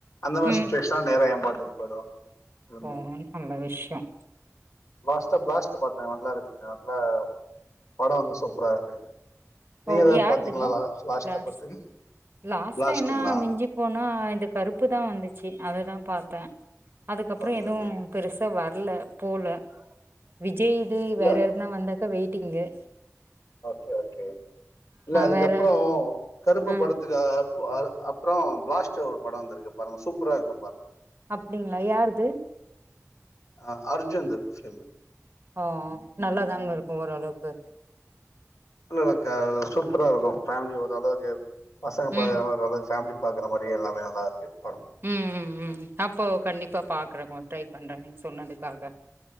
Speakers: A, on the left; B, on the right.
A: அந்த மாரி
B: ம்
A: சுட்வேஷ்ல நேர ஏம்பா தென்படு ம்
B: ஓ நல்ல விஷ்யம்
A: லாஸ்டா ப்ளாஸ்ட்டு பாத்தே நல்லா இரு நல்ல படம் வந்து சூப்ரா இருக்கு நீங்க
B: ஓ
A: ஏதாவது
B: யாருதுங்கோ
A: பாத்தீங்களா லாஸ்டா
B: ப்ளாஸ்ட்
A: பாத்து
B: லாஸ்ட்டா
A: பிளாஸ்டுங்களா
B: என்ன மிஞ்சி போனா இந்த கருப்பு தான் வந்துச்சி அதுதா பாத்தேன் அதுக்கப்றொ
A: ஓகே
B: எதுவும்
A: ஓகே
B: பெருசா வர்ல போல வி விஜய் து
A: இல்ல
B: வேறயதுனா வந்தாக்கா வெயிட் டிங்கு
A: ஓகே ஓகே இல்ல அதுக்கப்றோ
B: வேற
A: கருப்பு
B: ஆ
A: படத்துகா அப் அப்றோம் ப்ளாஸ்ட் ஒரு படம் வந்துருக்கு பாருங்க சூப்பரா இருக்கும் பாரு
B: அப்டிங்ளா யாருது
A: அஹ் அர்ஜுன்து ஃப்லிம்
B: ஹோ நல்லாதாங்க இருக்கும் ஓரளவுக்கு
A: நல்லார்க்கு சூப்பரா இருக்கும் ஃபேம்லி <unintelligible> பசங்க பாகற
B: ம்
A: மாரி ஃபேமிலி பாக்குற மாரி எல்லாமே நல்லார்க்கு படம்
B: ம் ம் ம் அப்போ கண்டிப்பா பாக்குறங்க ட்ரை பண்றேன் நீங் சொன்னதுக்காக